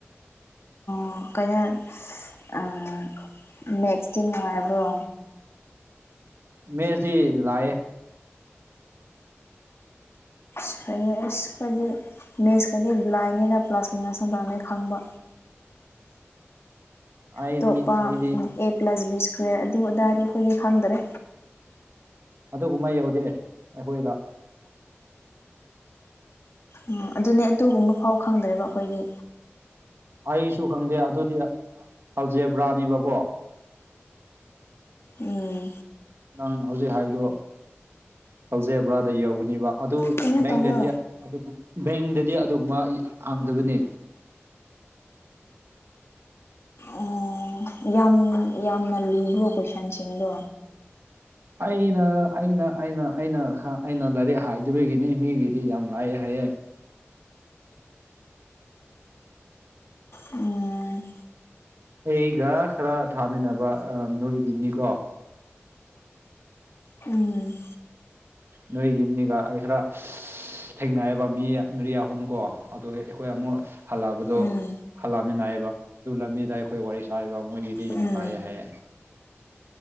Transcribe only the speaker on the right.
ꯃꯦꯁꯤ ꯂꯑ
ꯑꯩꯗꯤ
ꯑꯩꯗꯤ
ꯑꯗꯨꯒꯨꯝꯕ ꯌꯧꯗꯦ ꯑꯩꯈꯣꯏꯗ
ꯑꯩꯁꯨ ꯈꯪꯗꯦ ꯑꯗꯨꯗꯤ ꯀꯜꯖꯦꯕ꯭ꯔꯥꯅꯤꯕꯀꯣ
ꯅꯪ ꯍꯧꯖꯤꯛ ꯍꯥꯏꯕꯗꯣ ꯀꯧꯖꯦꯕ꯭ꯔꯥꯗ ꯌꯧꯒꯅꯦꯕ ꯑꯗꯨ
ꯕꯦꯡꯗꯗꯤ
ꯕꯦꯡꯗꯗꯤ ꯑꯗꯨꯒꯨꯝꯕ ꯍꯥꯡꯗꯕꯅꯤ
ꯑꯩꯅ ꯑꯩꯅ ꯑꯩꯅ ꯑꯩꯅ ꯑꯩꯅ ꯂꯥꯏꯔꯤꯛ ꯍꯥꯏꯗꯕꯒꯤꯅꯤ ꯃꯤꯒꯤꯗꯤ ꯌꯥꯝ ꯂꯥꯏꯑꯦ ꯍꯥꯏꯌꯦꯦ
ꯑꯩꯒ ꯈꯔ ꯊꯥꯃꯤꯟꯅꯕ ꯅꯣꯏꯒꯤꯅꯤꯀꯣ
ꯅꯣꯏꯒꯤ ꯃꯤꯒ ꯑꯩ ꯈꯔ ꯊꯦꯡꯅꯔꯕ ꯃꯤ ꯃꯔꯤ ꯑꯍꯨꯝ ꯀꯣ ꯑꯗꯨꯒ ꯑꯩꯈꯣꯏ ꯑꯃꯨꯛ ꯍꯜꯂꯛꯑꯕꯗꯣ
ꯍꯜꯂꯛꯑꯃꯤꯟꯅꯏꯌꯦꯕ ꯑꯗꯨ ꯂꯝꯕꯤꯗ ꯑꯩꯈꯣꯏ ꯋꯥꯔꯤ ꯁꯥꯥꯏꯕ ꯃꯣꯏꯒꯤꯗꯤ ꯌꯥꯝ
ꯂꯥꯛꯑꯦ ꯍꯥꯏꯌꯦ